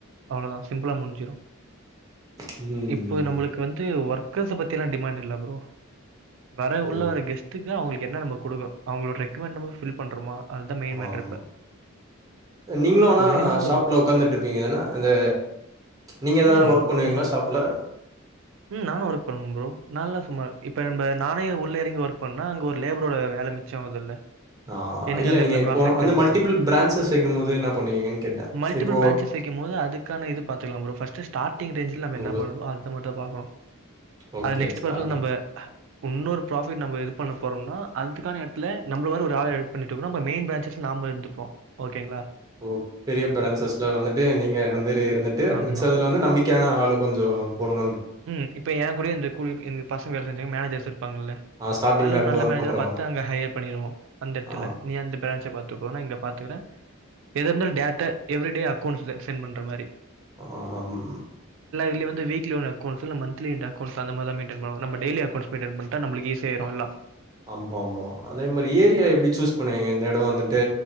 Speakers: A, on the right (about 65°); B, on the right (about 20°).
A: அவ்ளோதா சிம்பிளா முடிஞ்சிரு
B: ம்.
A: இப்போ நம்மளுக்கு வந்து ஒர்க் கர்ஸ பத்தி எல்லா டிமாண்ட் இல்ல ப்ரோ வர
B: ஓ!
A: உள்ள வர கெஸ்ட்டுக்கு அவங்களுக் என்ன நம்ம கொடுக்கோ அவங்களோட ரெக்குமெண்ட்ம் ரோக்குரோம் ஃப்பில் பண்றோமா அதுதா மெயின் மேட்ரு
B: ஆம்
A: இப்ப
B: நீங்களும்
A: இப்ப
B: ஆனா
A: மினிமம்
B: ஷாப்ல உக்காந்துட்டு இருப்பீங்கதேனே ஏனா இந்த நீங்க ஏதாவது
A: ம்
B: ஒர்க் பண்ணுவீங்களா
A: நா
B: ஷாப்ல
A: ம் நானும் ஒர்க் பண்ணுவேன் ஃப்ரோ நான்ல்லாம் சும்மார் இப்ப நம்ம நானே உள்ள இறங்கி ஒர்க் பண்ணனா அங்க ஒரு லேபரோட வேலை மிச்சம் அதுல்ல
B: ஆ
A: எனக்கு
B: இல்ல
A: அந்த இடத்துலப்
B: நீங்க இப்போ வந்து
A: கிடைக்குலம்
B: மல்டிபிள் பிரான்ச்சஸ் வைக்கும்போது என்ன பண்ணுவீங்கன்னு கேட்டேன்.
A: மல்டிபிள்
B: இப்போ
A: பிரான்சஸ் வைக்கும்போதுஅதுக்கான இதுபார்த்துகளாம் ஃப்ரோ ஷட்டி ஷ்டேக்டிங்ஸஜீல
B: ஓ!
A: எண்ணபண்ணணுமோ அத மட்டும் பாக்கணும்
B: ஓகே
A: அது நெக்ஸ்ட்
B: ஸ்டார்டிங்.
A: பர்பஸ் நம்ம இன்னொரு பராஃபிட் நம்ம இது பண்ண போறோம்னா அதுக்கான இடத்து நம்மள வ ஒரு ஆ எடு பண்ணிட்டுக்க மெயின் பிரான்சஸ்ல நாம இருப்போம் ஓகேங்களா
B: ஓ பெரிய பிரசஸ்ல வந்துட்டு நீங்க வந்து இருந்துட்டு
A: ஆமா.
B: மிச்சதுல வந்து நம்பிக்கையான ஆள் கொஞ்சம் போணும்
A: உம் இப்ப ஏன் கூட இந்த என பசங்க வேலைஞ்ச எங்க மேஜர் சார் இருப்பாங்கல
B: ஆ ஸ்டார்ட்டிங்ல
A: அது ஒரு
B: இருந்து
A: நல்ல
B: ஒர்க்
A: மேனேஜரா
B: பண்றவங்க.
A: பார்த்த அங்க ஹையர் பண்ணிவோம் அந்த இடத்துல
B: ஆ
A: நீ அந்த பிரான்ச பார்த்து போனா இங்க பார்த்துக்கிறேன் எதந்த டேரேட்டா எவரிடே அக்கௌண்ட் சென்ட் பண்ற மாரி
B: ஆஹம்
A: வீக்லி வந்து வீக் வீக்லி ஒரு அக்கோன்ஸ் இல்ல மான்த்லி எண்டு அக்கௌன்ஸ் அந்த மாரி தான் மேய்டன் பண்ணணும்இல்ல டேய்லி நளுக்கு ஸிய ஆயிரும்ல்லாம்
B: ஆமா ஆமா அதே மாரி ஏரியா எப்படி சூஸ் பண்ணுவீங்க இந்த இடம் வந்துட்டு